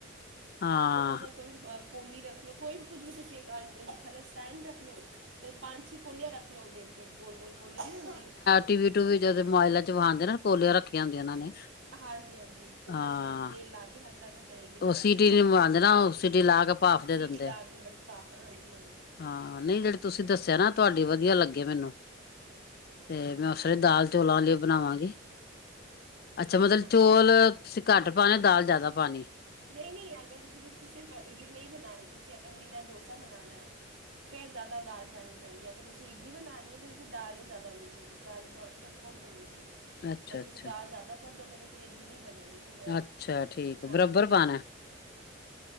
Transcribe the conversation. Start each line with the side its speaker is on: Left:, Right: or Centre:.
Left: ਹਾਂ
Right: ਛੋਟਾ ਜਾ ਕੋਈ ਵੀ ਬਾ ਕੋਲੀ ਰੱਖ ਲਓ ਕੋਈ ਕੁਛ ਵੀ ਤੁਸੀਂ ਅ ਥੱਲੇ ਸਟੈਂਡ ਰੱਖ ਲਓ। ਤੇ ਪੰਜ-ਛੇ ਕੋਲੀਆਂ ਰੱਖ ਲਓ ਉਹਦੇ ਉੱਤੇ ਗੋਲ-ਗੋਲ ਕੋਲੀਆਂ ਨੀ ਹੁੰਦੀਆਂ।
Left: ਟੀ ਵੀ ਟੂਵੀ ਜਦ ਮੋਬਾਇਲਾ ਚ ਓ ਆਉਂਦੇ ਨਾ। ਕੋਲੀਆ ਰੱਖੀਆਂ ਹੁੰਦੀਆਂ। ਉਹਨਾਂ ਨੇ
Right: ਹਾਂਜੀ-ਹਾਂਜੀ, ਉਦੇ
Left: ਹਾਂ
Right: ਚ ਫਿਰ ਤੇਲ ਲਾ ਕੇ ਹਲਕਾ ਕਰ ਤੇ <unintelligible>
Left: ਉਹ
Right: ਬੈਟਰ
Left: ਸੀਟੀ ਲਵਾਂਦੇ ਨਾ ਉਹ ਸੀਟੀ ਲਾ ਕੇ ਭਾਫ
Right: <unintelligible>
Left: ਦੇ
Right: ਸੀਟੀ
Left: ਦਿੰਦੇ
Right: ਲਾ
Left: ਆ
Right: ਕੇ ਬਸ ਹਾਂਜੀ-ਹਾਂਜੀ,
Left: ਹਾਂ, ਨਹੀਂ ਜਿਹੜੇ ਤੁਸੀਂ ਦੱਸਿਆ ਨਾ ਤੁਹਾਡੀ ਵਧੀਆ ਲੱਗੇ ਮੈਨੂੰ। ਤੇ ਮੈਂ ਉਸ ਲਈ ਦਾਲ ਚੋਲਾਂ ਲਈ ਬਣਾਵਾਂਗੀ। ਅੱਛਾ, ਮਤਲਬ
Right: ਹਾਂਜੀ
Left: ਚੋਲ ਤੁਸੀਂ ਘੱਟ ਪਾਣੇ ਦਾਲ ਜ਼ਿਆਦਾ ਪਾਣੀ ਐ।
Right: ਨਹੀਂ-ਨਹੀਂ, ਅਗਰ ਤੁਸੀਂ ਸਿਰਫ ਇਡਲੀ ਨਹੀਂ ਬਣਾਣੀ ਤੁਸੀਂ ਅਗਰ ਡੋਸਾ ਬਣਾਣਾ। ਫੇਰ ਜ਼ਿਆਦਾ ਦਾਲ ਪਾਣੀ ਪੈਂਦੀ ਐ। ਅਗਰ ਤੁਸੀਂ ਇਡਲੀ ਬਣਾਣੀ ਐ ਤਾਂ ਫਿਰ ਦਾਲ ਨੀ ਜ਼ਿਆਦਾ ਹੋਣੀ ਚਾਹੀਦੀ ਦਾਲ ਫਿਰ ਥੋੜੀ ਹੋਣੀ ਚਾਹੀਦੀ।
Left: ਅੱਛਾ
Right: ਅਗਰ
Left: ਅੱਛਾ
Right: ਤੁਸੀਂ ਦਾਲ ਜ਼ਿਆਦਾ ਕਰ ਦੋਗੇ ਤਾਂ ਫਿਰ ਇਡਲੀ ਨਹੀਂ ਬਣੇਗੀ ਫਿਰ
Left: ਅੱਛਾ ਠੀਕ
Right: ਹਾਂਜੀ।
Left: ਬਰਾਬਰ <unintelligible>